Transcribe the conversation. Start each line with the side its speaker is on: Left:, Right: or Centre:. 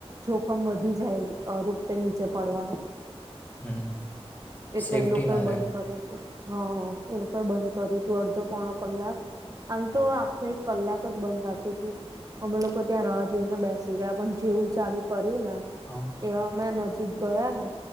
Right: જોખમ વધી જાય રોપવે નીચે પડવાનું
Left: હમ
Right: એટલે
Left: સેફ્ટી
Right: એ લોકોએ
Left: ના
Right: બંધ
Left: રહે.
Right: કર્યું હા એ લોકોએ બંધ કરીયું તું અડધો પોણો કલાક આમ
Left: હા,
Right: તો આખો એક કલાક જ બંધ રાખ્યુ અતુ અમે લોકો ત્યાં રાહ જોઈને બેસી રહ્યા પણ જેવું ચાલુ કર્યું ને
Left: હા
Right: એવા અમે નજીક ગયા ને